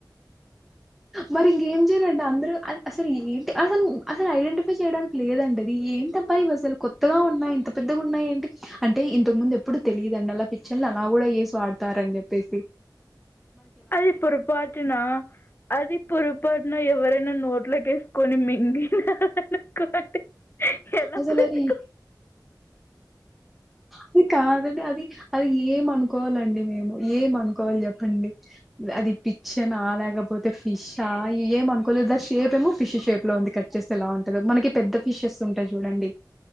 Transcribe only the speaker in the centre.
మరింగేం జేయ్లండి అంద్రూ అ అసలేంటి అసలు అసలైడెంటిఫై చేయ్డానికి లేదండది ఏ ఏంటబ్బా ఇవిసలు కొత్తగా ఉన్నాయ్ ఇంత పెద్దగున్నాయేంటి అంటే ఇంతక్ ముందెప్పుడు తెలీదండి అలా పిచ్చల్నలా అవ్ గూడా యేస్ వాడ్తారన్ జెప్పేసి
అసలు
అది అది కాదండి అది అది ఏమన్కోవాలండి మేము ఏమన్కోవాల్ జెప్ పండి ద అది పిచ్చనా లేకపోతే ఫిష్షా ఏమన్కోలేద్దా షేపేమొ ఫిష్ షేప్ లొ ఉంది కట్ చేస్తె ఎలా ఉంటదొ మనకి పెద్ద ఫిష్షెస్ ఉంటయ్ జూడండి